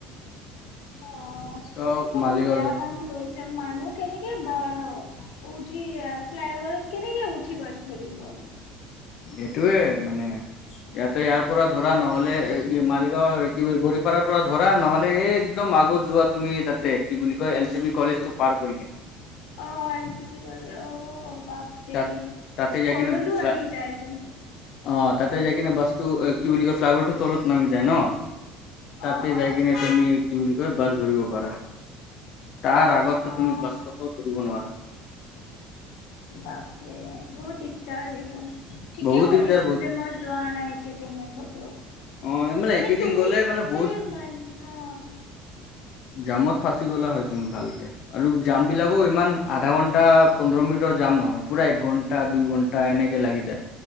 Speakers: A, on the left; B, on the left.
A: অ',
B: চব
A: এইটো টো
B: মালিগাঁও
A: বহুত বেয়া
B: য
A: কাম কৰিছ যে মানুহ কেনেকে বা উঠি এ ফ্লাই অভাৰত কেনেকে উঠি বাছ ধৰিব আমি?
B: সেইটোয়ে মানে ইয়াতে ইয়াৰ পৰা ধৰা ন'হলে ই মালিক গাঁৱৰ কি বৰিপাৰাৰ পৰা ধৰা, নহলে এই একদম আগত যোৱা তুমি তাতে, কি বুলি কয় এল জি বি কলে টো পাৰ কৰি কিনে।
A: অ এল জি বি কলেজ অ' বাপৰে
B: তাত তাতে যাই
A: ভৰলো
B: কিনে ফ্লা
A: আহি যায় চোন।
B: অ তাতে যাই কিনে বাছটো কি বুলি কয় ফ্লাইঅভাৰটো তলত নামি যায় ন? তাতে
A: অ',
B: যাই
A: অ',
B: কিনে তুমি কি বুলি বাছ ধৰিব পাৰা, তাৰ আগততো
A: অ',
B: তুমি বাছ কতো ধৰিব নোৱাৰা।
A: বাপৰে বহুত দিগদাৰ দেখোন। ঠিকে
B: বহুত
A: কৰিছো
B: দিগদাৰ বহুত
A: যে মই যোৱা নাই এই কেইদিনে কতো।
B: অ
A: মানে
B: এইকেইদিন
A: তুমি
B: গ'লে মানে বহুত
A: হেৰি মান অ
B: জামত ফাঁচি গ'লা হয় তুমি ভালকে, আৰু জাম বিলাকো
A: সেইটোৱে
B: ইমান আধা ঘন্টা পোন্ধৰ মিনিটৰ যাম নহয়, পুৰা এক ঘণ্টা, দুই ঘণ্টা এনেকে লাগি যায়,